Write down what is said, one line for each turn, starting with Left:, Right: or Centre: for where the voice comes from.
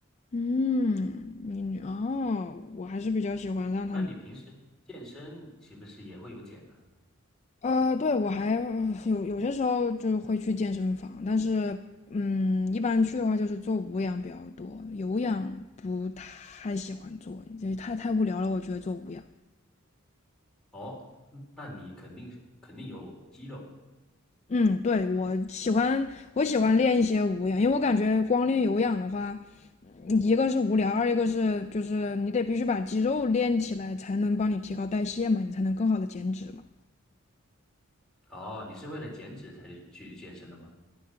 Left: 嗯，你你哦，我还是比较喜欢让他们。
Centre: 那你平时健身岂不是也会有减呢、
Left: 呃，对，我还呃有有些时候就会去健身房，但是嗯，一般去的话就是做无氧比较多，有氧不太喜欢做，这太太无聊了，我觉得做无氧。
Centre: 哦，那你肯定是肯定有肌肉
Left: 嗯，对，我喜欢我喜欢练一些无氧，因为我感觉光练有氧的话，一个是无聊，二一个是就是你得必须把肌肉练起来，才能帮你提高代谢嘛，你才能更好的减脂嘛。
Centre: 哦。你是为了减脂才去去健身的吗？